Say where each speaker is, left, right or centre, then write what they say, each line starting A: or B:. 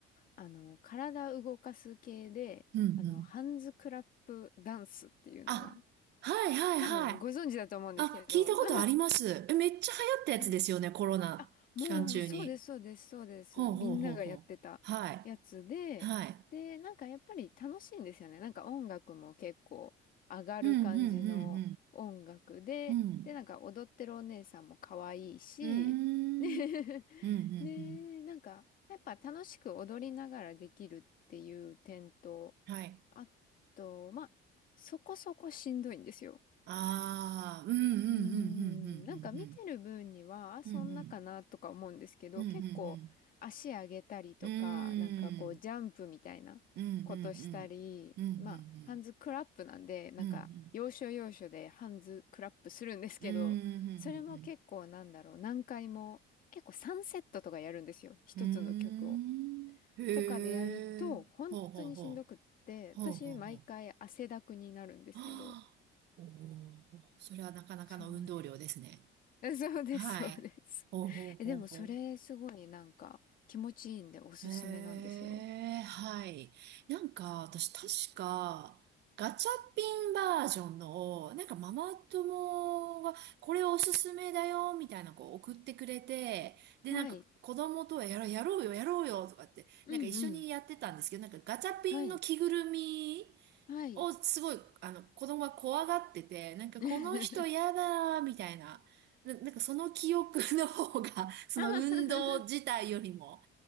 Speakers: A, on the left; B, on the right.
A: あの、体動かす系で、
B: うんうん。
A: あの、ハンズクラップダンスっていうのが、
B: あ、はいはいはい。
A: 多分ご存知だと思うんですけど、
B: あ、聞いたことあります。
A: <laughs>
B: え、めっちゃ流行ったやつですよね、
A: はい
B: コロナ期間中に。
A: あ、もう、そうです、そうです、そうです。
B: ほうほうほうほう。
A: みんながやってたやつで、
B: はい。はい。
A: で、なんかやっぱり楽しいんですよね。なんか音楽も結構上がる感じの音楽で、
B: うんうんうんうん。うん。
A: で、なんか踊ってるお姉さんも可愛いし、
B: うーん。
A: ね <laughs>
B: うんうんうん。
A: で、なんかやっぱ楽しく踊りながらできるっていう点と、
B: はい。
A: あと、まあ、そこそこしんどいんですよ。
B: ああ、うんうんうんうんうん
A: うーん、なんか見てる分には、あ、そんなかなとか思うんですけど、
B: うんうん。うんうんうんうん
A: 結構足上げたりとか、
B: うん。うーん。
A: なんかこうジャンプみたいなことしたり、
B: うんうんうん。うんうんうん。
A: まあ、ハンズクラップなんで、なんか要所要所でハンズクラップするんですけど、
B: うんうんうーん、ふんふんふん。
A: それも結構なんだろう、何回も、結構3セットとかやるんですよ、一つの曲を。
B: うーん。へえ。
A: とかでやると、本当にしんどくって、
B: ほうほうほう。ほうほうほう。
A: 私毎回汗だくになるんですけど、
B: はあ、おお、それはなかなかの運動量ですね。
A: そうね。<laughs> そうです、
B: はい。
A: そうです。
B: ほうほうほうほう。
A: <laughs> え、でもそれすごいなんか気持ちいいんでおすすめなんですよ。
B: ええ、はい。なんか、私確か、ガチャピンバージョンの、なんかママ友が、これおすすめだよ、みたいなこう送ってくれて、で、
A: はい。
B: なんか子供とはやろう、やろうよ、やろうよ、とかって、
A: うんうん。
B: なんか一緒にやってたんですけど、なんかガチャピンの着ぐるみ
A: はい。はい。
B: をすごい、あの、子供が怖がってて、なんかこの人やだ、
A: <laughs>
B: みたいな。な、なんかその記憶の方が、その運動自体よりも、
A: あははは